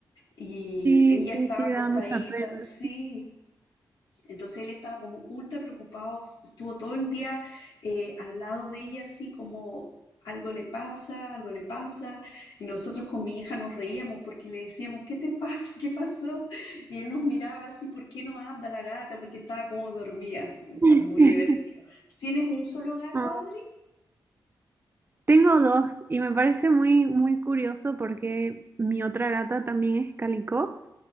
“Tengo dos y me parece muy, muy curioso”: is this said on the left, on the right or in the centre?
Right